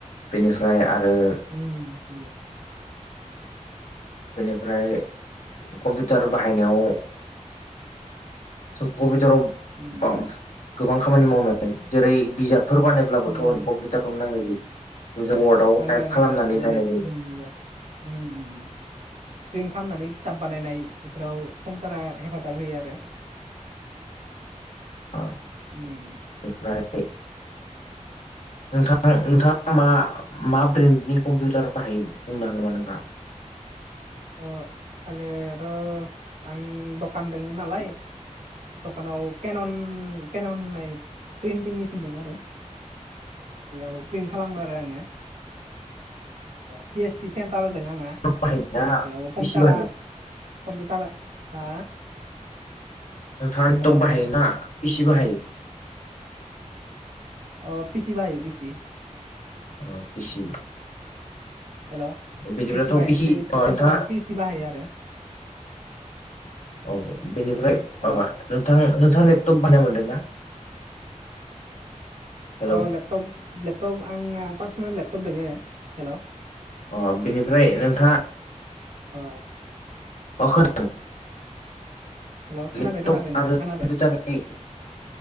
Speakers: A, on the left; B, on the right.
A: बेनिफ्राय आरो
B: उम नंगो
A: बेनिफ्राय कम्पिउटार बाहायनायाव स खौबेथराव
B: उम
A: अ गोबां खामानि मावनो जेरै बिजाबफोर बानायब्लाबोथ'
B: नंगो
A: कम <unintelligible> नांनखय जायो वार्डव
B: नांगो
A: टाइप
B: नांगो
A: खालामनानै बायनाय जायो
B: <inaudible> <inaudible> प्रिन्ट खालामनानै खिथाब बानायनाय बेफोराव खमथारा हेफाजाब होयो आरो
A: ओ
B: उम
A: <unintelligible> नोंथां नोंथाङा मा मा ब्रेन्डनि कम्पिउटार बाहायो बुंनो हागोन नामा नोंथाङा
B: अ आङोथ आं दखान दोंमोन नालाय दखानाव केनन केन'न होननाय प्रिन्टिं मेसिन दं आरो बेयाव प्लेन खालामो आरो आङो सि एस सि सेन्टार होदों आङो
A: बाहायोना
B: बेयाव
A: पिसि
B: कम्पिउटारा
A: बाहायो
B: कम्फिउटारा हा
A: नोंथाङा लेपटप
B: हेल'
A: बाहायोना पिसि बाहायो
B: अ पिसि बाहायो फिसि
A: अ खसि
B: हेल'
A: बिदिब्लाथ'
B: पि एसि बाहायो
A: पिसि
B: सि
A: अ
B: सेन्टाराव
A: नोंथाङा
B: पि ए सि बाहायो आरो
A: औ बेनिफ्राय
B: हेल'
A: माबा नोंथां नोंथाङा लेपटप बानाय मोन्दों ना हेलौ
B: अ लेपटप लेपटप आं पार्सनेल लेपटप दोङो हेल'
A: अ बिनिफ्राय नोंथाङा
B: औ
A: होन
B: हेल' खोनादों
A: लेपटप
B: खोनादों नोंथां
A: आरो
B: खोनादों
A: कटार नों